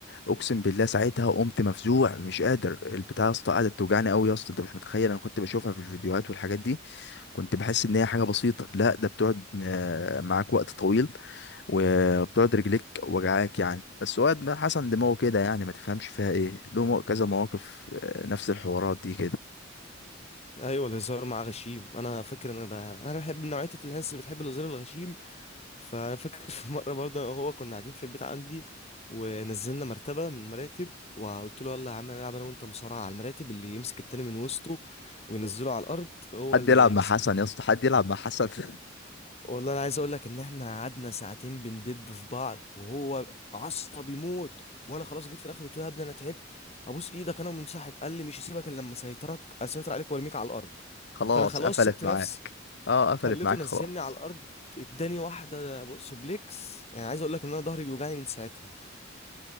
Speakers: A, on the left (about 60°); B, on the left (about 35°).
A: اقسم بالله ساعتها قمت مفزوع مش قادر البتاع يا اسطى قعدت توجعني قوي يا اسطى انت مش متخيل انا كنت بشوفها في الفيديوهات والحاجات دي كنت بحس ان هي حاجه بسيطه لا ده بتقعد م- معاك وقت طويل وبتقعد رجليك وجعاك يعني بس واد ما حسن دماغه كده يعني ما تفهمش فيها ايه له مو- كذا مواقف آه، نفس الحوارات دي كده
B: <laughs> ايوه الهزار مع غشيم انا فاكر ان انا انا بحب نوعيه الناس اللي بتحب الهزار الغشيم فانا فاكر <laughs> في مره برضه انا وهو كنا قاعدين في البيت عندي ونزلنا مرتبه من مراتب وقلت له يلا يا عم هنلعب انا وانت مصارعه على المراتب اللي يمسك التاني من وسطه وينزله على الارض هو
A: حد
B: اللي
A: يلعب
B: يكسب
A: مع حسن يا اسطى حد يلعب مع حسن <laughs>
B: والله انا عايز اقول لك ان احنا قعدنا ساعتين بندب في بعض وهو معصب يموت وانا خلاص جيت في الاخر قلت له يا ابني انا تعبت ابوس ايدك انا منسحب قال لي مش هسيبك الا لما اسيطرك اسيطر عليك وارميك على الارض
A: خلاص
B: فانا خلاص
A: قفلت
B: سبت
A: معاك
B: نفسي
A: اه قفلت
B: خليته
A: معاك
B: نزلني
A: خلاص
B: على الارض اداني واحده سوبليكس يعني عايز اقول لك ان انا ظهري بيوجعني من ساعتها